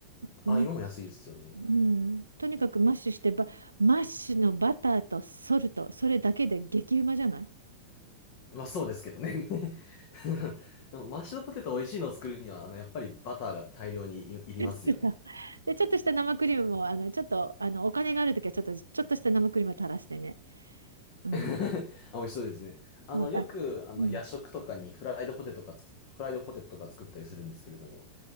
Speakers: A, on the right; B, on the left.
A: マッシュ、
B: あ、芋も安いですよね。
A: うん、とにかくマッシュしてばマッシュのバターとソルト、それだけで激うまじゃない
B: まあそうですけどね <laughs> でもマッシュドポテト美味しいのを作るには、あの、やっぱりバターが大量にい、いりますよね。
A: <laughs> で、ちょっとした生クリームも、
B: あ
A: あの、ちょっと、あの、お金があるときは、ちょっと、ちょっとした生クリームを垂らしてね。うん。
B: <laughs> あ美味しそうですね。あの、
A: そう、
B: よく、
A: あ、
B: あの、
A: うん。
B: 夜食とかにフライドポテトがつくフライドポテトとか作ったりするんですけれども。